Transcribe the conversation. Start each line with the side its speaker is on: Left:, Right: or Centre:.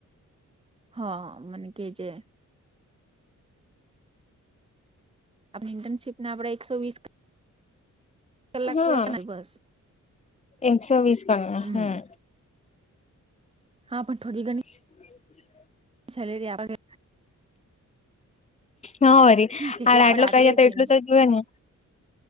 Right: હા મને કે જે આપણી ઇન્ટર્શીપના આપણે એકસો વીસ કલાક
Left: હા
Right: પૂરા કરનાક બસ
Left: એકસો વીસ કરના
Right: હમ્મ.
Left: હમ
Right: હા પણ થોડી ઘણી
Left: હ
Right: છે લેથી આવા દે
Left: હા વરી
Right: કે કે
Left: આટલું
Right: આપડે
Left: ખઈએ તો
Right: છે
Left: એટલું
Right: નહી
Left: તો જોવે ને